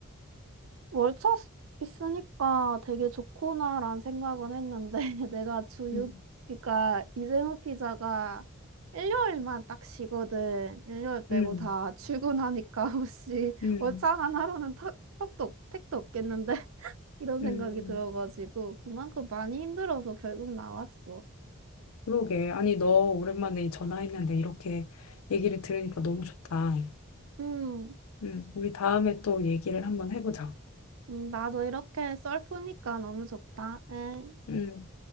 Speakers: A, on the right; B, on the left.
A: 월차 쓰- 있으니까 되게 좋구나란 생각은 했는데 <laughs> 내가 주
B: 음,
A: 6, 그러니까 이재호 피자가 일요일만 딱 쉬거든. 일요일 빼고
B: 음,
A: 다 출근하니까 <laughs> 혹시
B: 음,
A: 월차 하나로는 턱, 턱도 택도 없겠는데 <laughs> 이런 생각이
B: 음.
A: 들어가지고 그만큼 많이 힘들어서 결국 나왔어.
B: 그러게. 아니, 너 오랜만에 전화했는데 이렇게 얘기를 들으니까 너무 좋다.
A: 음,
B: 음, 우리 다음에 또 얘기를 한번 해보자.
A: 음 나도 이렇게 썰프니까 너무 좋다. 응.
B: 음.